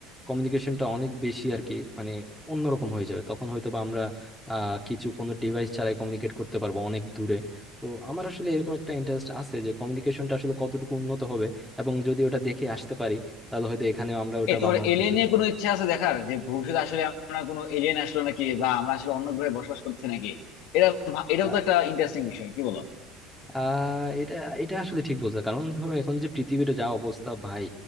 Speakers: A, in the centre; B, on the left (about 70°).
A: কমিউনিকেশনটা অনেক বেশি আর কি মানে অন্যরকম হয়ে যাবে তখন হয়তো বা আমরা আহ কিছু কোনো ডিভাইস ছাড়াই কমিউনিকেট করতে পারবো অনেক দূরে তো আমার আসলে এরকম একটা ইন্টারেস্ট আছে যে কমিউনিকেশনটা আসলে কতটুকু উন্নত হবে এবং যদি ওটা দেখে আসতে পারি তাহলে হয়তো এখানেও আমরা ওটা
B: এ তোমার
A: বানানোর
B: এলিয়েন
A: চেষ্টা
B: নিয়ে
A: করবো
B: কোনো
A: আর
B: ইচ্ছা আছে দেখার যে ভবিষ্যতে আসলে আমরা কোনো এলিয়েন আসলো নাকি বা আমরা আসলে অন্য গ্রহে বসবাস করতেছি নাকি এটা ভা- এটাও
A: কি।
B: তো একটা ইন্টারেস্টিং বিষয় কি বলো
A: আহ এটা এটা আসলে ঠিক বলছো কারণ ধরো এখন যে পৃথিবীর যা অবস্থা ভাই